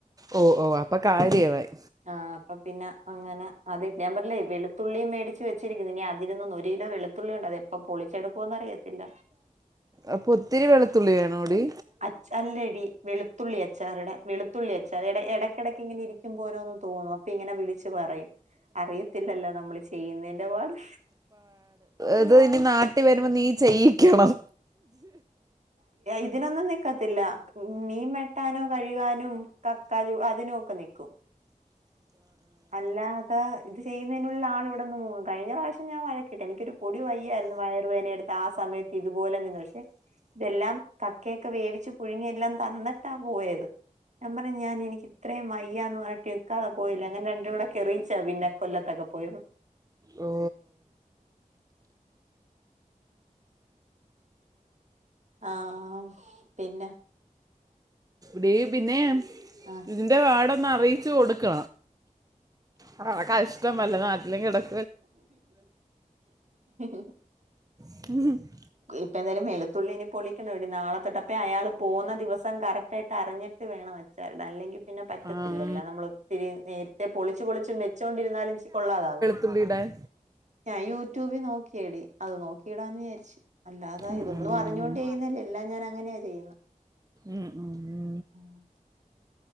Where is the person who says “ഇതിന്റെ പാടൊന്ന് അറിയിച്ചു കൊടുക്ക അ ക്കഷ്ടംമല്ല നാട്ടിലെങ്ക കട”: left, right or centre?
Right